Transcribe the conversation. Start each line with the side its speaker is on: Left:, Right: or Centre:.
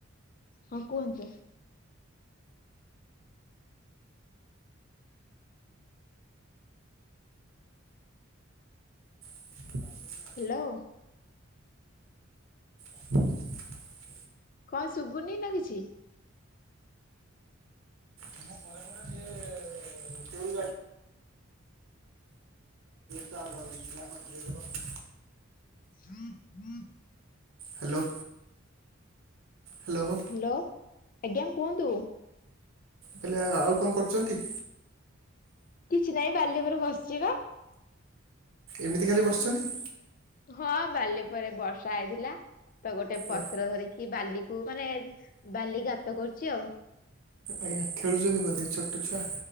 Left: ହଁ କୁହନ୍ତୁ?
Right: <unintelligible>
Left: ହ୍ୟାଲୋ।
Right: <inaudible>
Left: କଣ ଶୁଭୁନି ନା କିଛି?
Right: ତୁମ ପରେ ପରେ ସିଏ ତୋରି ଯାଇଛନ୍ତି <unintelligible>
Left: <inaudible>
Right: ହ୍ୟାଲୋ। ହ୍ୟାଲୋ।
Left: ହ୍ୟାଲୋ ଆଜ୍ଞା କୁହନ୍ତୁ?
Right: ହେଲେ ଆଉ କଣ କରୁଛନ୍ତି?
Left: କିଛି ନାଇଁ ବାଲି ଉପରେ ବସିଛି ବା।
Right: ଏମିତି ଖାଲି ବସିଛନ୍ତ?
Left: ହଁ ବାଲିଉପରେ ବର୍ଷା ହେଇଥିଲା ତ ଗୋଟେ ପତ୍ର
Right: ଏ
Left: ଧରି କି ବାଲିକୁ ମାନେ ବାଲି ଗାତ କରୁଛି ଆଉ।
Right: ଆଜ୍ଞା ଖେଳୁଛନ୍ତି ବୋଧେ ଛୋଟ ଛୁଆ।